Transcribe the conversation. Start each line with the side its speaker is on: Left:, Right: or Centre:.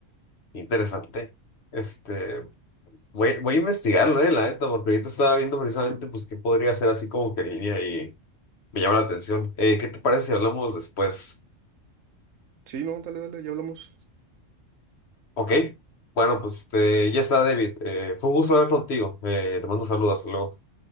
Left: Interesante. Este, voy, voy a investigarlo, eh, la neta, porque ahorita estaba viendo precisamente pues qué podría hacer así como que en línea y me llama la atención. Eh, ¿qué te parece si hablamos después?
Right: Sí, no, dale, dale, ya hablamos.
Left: Ok. Bueno, pues este, ya está, David. Eh, fue un gusto hablar contigo. Eh, te mando un saludo. Hasta luego.